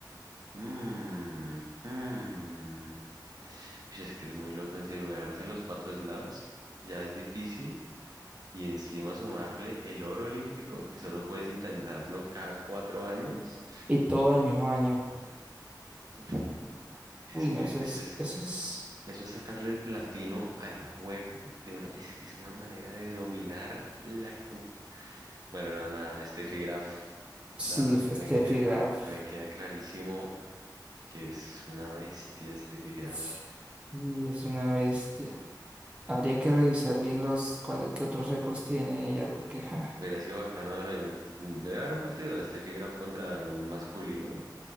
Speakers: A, on the right; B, on the right.
A: Mm, mm. Uy, es que es muy loco, en serio, ganarse los cuatro slams ya es difícil. Y encima sumarle el oro olímpico, que solo puedes intentarlo cada cuatro años.
B: Y todo en el mismo año.
A: Uf, es
B: Uy, no,
A: que
B: eso
A: eso
B: es,
A: es,
B: eso es,
A: eso es sacarle el platino al juego de una, es que es una manera de dominar la, uf. Bueno, no, nada, Steffi Graf, nada,
B: sí, fue
A: me
B: Steffi
A: queda,
B: Graf.
A: me queda clarísimo que es una bestia Steffi Graf.
B: Es- Y es una bestia. Habría que revisar bien los, cuáles, qué otros récords tiene ella, porque, ja,
A: Hubiera sido bacano, lo de- debe haber un partido de este Graf contra algún masculino,